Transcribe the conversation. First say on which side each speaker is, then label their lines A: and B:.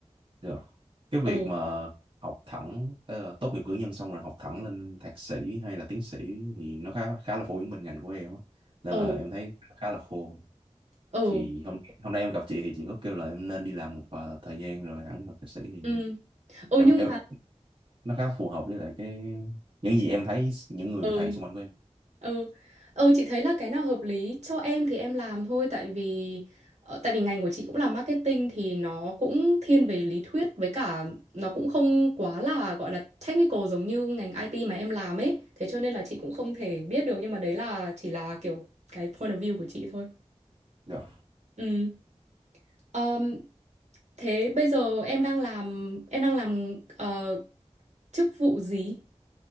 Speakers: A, on the right; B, on the right.
A: dạ cái việc
B: ừ
A: mà học thẳng ờ, tốt nghiệp cử nhân xong rồi học thẳng lên thạc sĩ hay là tiến sĩ thì nó khá khá là phổ biến bên ngành của em á nên
B: ừ
A: là em thấy khá là khô
B: ừ
A: thì hôm hôm nay em gặp chị thì chị có kêu là em nên đi làm một ờ, thời gian rồi hẳn học thạc sĩ thì
B: ừ ừ
A: em
B: nhưng
A: em
B: mà
A: nó khá phù hợp với lại cái những gì em thấy những người
B: ừ
A: thầy xung quanh của em
B: Ừ. Ừ chị thấy là cái nào hợp lý cho em thì em làm thôi tại vì ờ, tại vì ngành của chị cũng là marketing thì nó cũng thiên về lý thuyết với cả nó cũng không quá là gọi là technical giống như ngành IT mà em làm ấy. Thế cho nên là chị cũng không thể biết được nhưng mà đấy là chỉ là kiểu cái point of view của chị thôi.
A: dạ
B: Ừ. Ờm, thế bây giờ em đang làm em đang làm ờ, chức vụ gì?